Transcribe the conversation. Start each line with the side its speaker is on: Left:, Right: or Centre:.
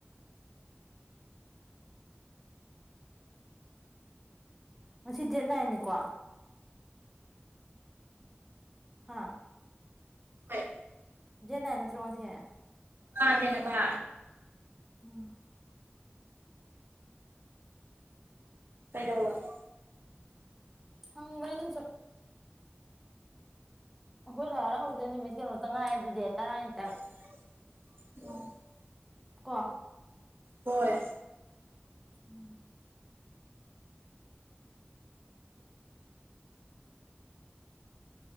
Centre: ꯉꯁꯤ ꯗꯦꯠ ꯅꯥꯏꯟꯅꯦꯀꯣ ꯍꯥꯥ
Right: ꯍꯣꯏ
Centre: ꯗꯦꯠ ꯅꯥꯏꯟ ꯅꯠꯇ꯭ꯔꯣ ꯉꯁꯦ
Right: ꯃꯥꯅꯦ ꯍꯥꯏꯕ
Centre: ꯎꯝ
Right: ꯀꯩꯗꯧꯔꯒꯦ
Centre: ꯍꯪꯕꯅꯦꯗ ꯁꯨꯝ ꯑꯩꯈꯣꯏ ꯂꯥꯏ ꯍꯔꯥꯎꯕꯗꯣ ꯅꯨꯃꯤꯠ ꯀꯩꯅꯣꯇ ꯉꯥꯏꯔ ꯗꯨꯗꯤ ꯇꯔꯥꯅꯤꯇꯪ
Right: <unintelligible>
Centre: ꯀꯣ
Right: ꯍꯣꯋꯦ
Centre: <unintelligible>